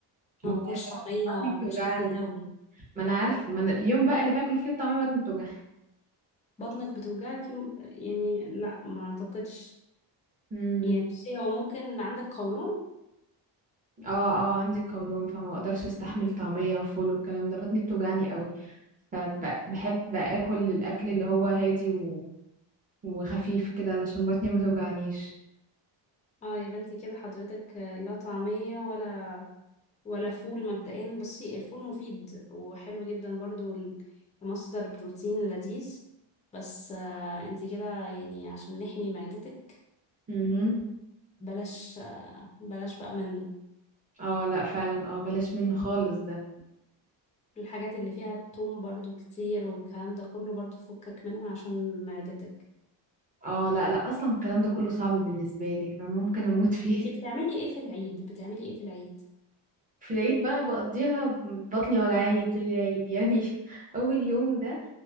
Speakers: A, on the right; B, on the left.
A: متعبة
B: ما باكلش طعميه
A: بطني بتوجعني
B: بشكل دوري
A: ما انا عارف ما أنا اليوم بقى اللي باكل فيه الطعمية بطني بتوجعني
B: بطنك بتوجعك يوم يعني لا ما اعتقدش
A: امم
B: يعني بصي هو ممكن عندك قولون
A: اه اه عندي قولون فما بقدرش استحمل طعمية وفول والكلام ده بطني بتوجعني قوي فبحب اكل الاكل اللي هو هادي و... وخفيف كده علشان بطني ما توجعنيش
B: اه يبقى انتي كده حضرتك آه، لا طعميه ولا ولا فول مبدئيا بصي الفول مفيد وحلو جدا برضو مصدر بروتين لذيذ بس آه، انتي كده يعني عشان نحمي معدتك
A: امم
B: بلاش آه، بلاش بقى منه
A: اه لا فعلا اه بلاش منه خالص ده
B: الحاجات اللي فيها التوم برضو كتير والكلام ده كله برضو فكك منها عشان معدتك
A: اه لا لا اصلا الكلام ده كله صعب بالنسبه لي انا ممكن اموت فيه
B: انتي بتعملي ايه في العيد بتعملي ايه في العيد
A: <laughs> في العيد بقى بقضيها بطني وجعاني طول العيد يعني <laughs> اول يوم ده